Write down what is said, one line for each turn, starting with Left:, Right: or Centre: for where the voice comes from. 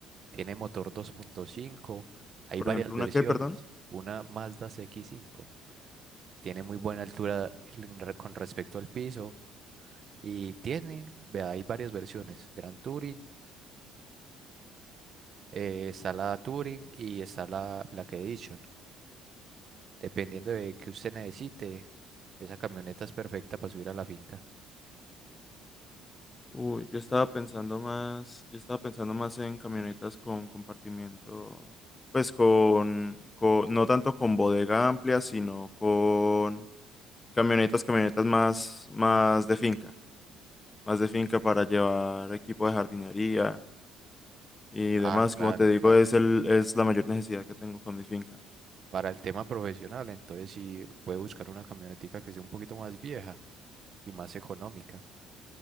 Right: tiene motor dos punto cinco hay
Left: Por
Right: varias
Left: ejemplo,
Right: versiones,
Left: ¿una qué, perdón?
Right: una Mazda C x 5 tiene muy buena altura en re- con respecto al piso Y tiene, vea, hay varias versiones, Grand Touring, eh, está la Touring y está la Black Edition. Dependiendo de que usted necesite, esa camioneta es perfecta para subir a la finca.
Left: Uy, yo estaba pensando más, yo estaba pensando más en camionetas con compartimiento, pues con, con- no tanto con bodega amplia, sino con camionetas, camionetas más, más de finca, más de finca para llevar equipo de jardinería y demás.
Right: Ah, claro,
Left: Como te digo,
Right: claro,
Left: es el,
Right: sí, sí.
Left: es la mayor necesidad que tengo con mi finca.
Right: Para el tema profesional, entonces sí puede buscar una camionetica que sea un poquito más vieja y más económica.